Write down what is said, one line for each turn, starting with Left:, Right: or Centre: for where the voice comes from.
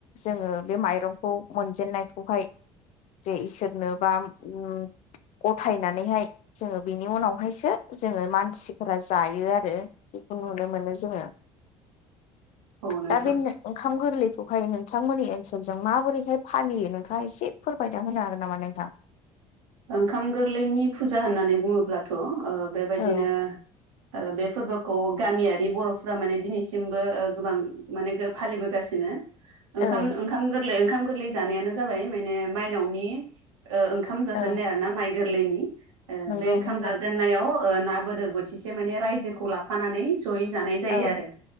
Left: जों ओ बे माइरंखौ मोनजेननायखौहाय जे इसोरनो बा उम गथायनानैहाय जोङो बेनि उनावहायसो जोङो मानसिफोरा जायो आरो। खौ नुनो मोनो जोङो।
Right: <inaudible> औ नोंथां
Left: दा बे ओंखाम गोरलैखौहाय नोंथांमोननि ओनसोलजों माबोरैहाय फालियो नोंथां ङा एसे फोरमायना होनो हागोन नामा नोंथां?
Right: ओंखाम गोरलैनि फुजा होननानै बुङोब्लाथ' ओ बेबायदिनो
Left: औ
Right: ओ बे फोरबोखौ गामियारि बर'फ्रा माने दिनैसिमबो ओ गोबां माने गो फालिबोगासिनो ओंखाम
Left: औ
Right: ओंखाम गोरलै ओंखाम गोरलै जानायानो जाबाय माने मायनावनि ओ ओं ओंखाम जाजेननाय
Left: औ
Right: आरो ना माइ गोरलैनि ओ
Left: नंगौ
Right: बे ओंखाम
Left: नोंथां
Right: जाजेननायाव ओ ना बोदोर बोथिसे माने रायजोखौ लाफानानै जयै जानाय जायो
Left: औ
Right: आरो